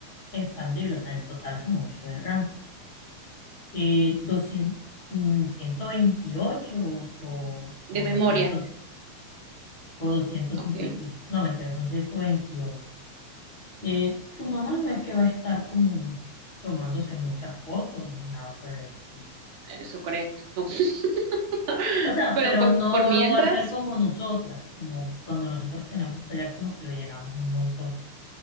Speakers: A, on the left (about 50°); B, on the right (about 75°).
A: expandibles. O sea, en total son 8 de RAM. Eh, doscientos mm, 128 o, o
B: De memoria.
A: 100, o 256.
B: Ok,
A: No, mentira, son ciento veintiocho Eh, tu mamá no es que va a estar como tomándose muchas fotos, ni nada por el estilo.
B: eso crees tú. <laughs>
A: O sea,
B: Pero
A: pero
B: pues
A: no
B: por mientras,
A: lo va a hacer como nosotras, como cuando nosotros tenemos teléfono que lo llenamos un montón.